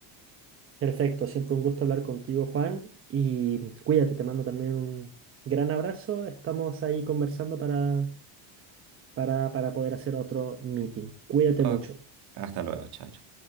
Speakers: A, on the right; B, on the right.
A: Perfecto, siempre un gusto hablar contigo, Juan, y cuídate, te mando también un gran abrazo. Estamos ahí conversando para, para, para poder hacer otro meeting. Cuídate
B: Ok,
A: mucho.
B: Hasta luego, chao. chao.